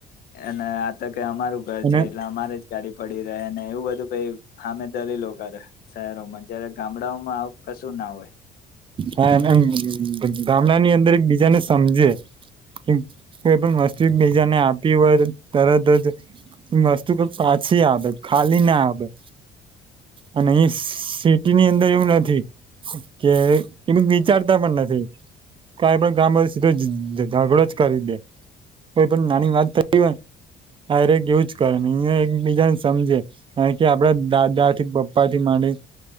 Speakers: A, on the left; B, on the right.
A: અને આ ત તે અમારું ઘર
B: અને
A: છે એટલે અમારે જ ગાડી પડી રહે ને એવું બધું કઈ હામે દલીલો કરે. શહેરોમાં જયારે ગામડાઓમાં આવુ કશું ના હોય.
B: હા <unintelligible> ગા ગામડાની અંદર એક બીજાને સમજે. કે કોઈ પણ વસ્તુ એક બીજાને આપી હોય તો તરત જ વસ્તુ ક પાછી આવે ખાલી ના આવેે અને ઇસ સિટીની અંદર એવું નથી કે એટલું વિચારતા પણ નથી. કઈ પણ કામ હોય તો સીધો ઝ ઝાગડો જ કરી દે. કોઈ પણ નાની વાત થતી હોય ને આરેક એવું જ કરે ને અહીંયા એકબીજાન સમજે કારણ કે આપડા દાદાથી પપ્પાથી માંડી